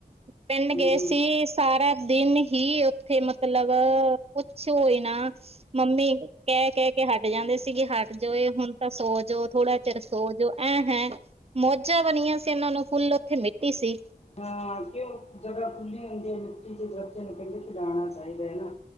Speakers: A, on the right (about 35°); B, on the left (about 40°).
A: ਪਿੰਡ
B: ਹੂੰ
A: ਗਏ ਸੀ ਸਾਰਾ ਦਿਨ ਹੀ ਉੱਥੇ ਮਤਲਬ, ਪੁੱਛੋ ਹੀ ਨਾ ਮੰਮੀ ਕਹਿ ਕਹਿ ਕੇ ਹਟ ਜਾਂਦੇ ਸੀਗੇ, ਹਟ ਜਾਓ ਇਹ ਹੁਣ ਤਾਂ ਸੋ ਜੋਓ, ਥੋੜਾ ਚਿਰ ਸੋ ਜੋਓ ਹੈਂ ਮੌਜਾਂ ਬਣੀਆਂ ਸੀ ਇਹਨਾਂ ਨੂੰ ਫੁੱਲ, ਉੱਥੇ ਮਿੱਟੀ ਸੀ।
B: ਹਾਂ ਕਿਉਂ ਜਗ੍ਹਾ ਖੁੱਲੀ ਹੁੰਦੀ ਹੈ, ਮਿੱਟੀ ਦੇ ਬੱਚੇ ਨੂੰ ਕਹਿੰਦੇ ਖਲਾਉਣਾ ਚਾਹੀਦਾ ਹ ਨਾ।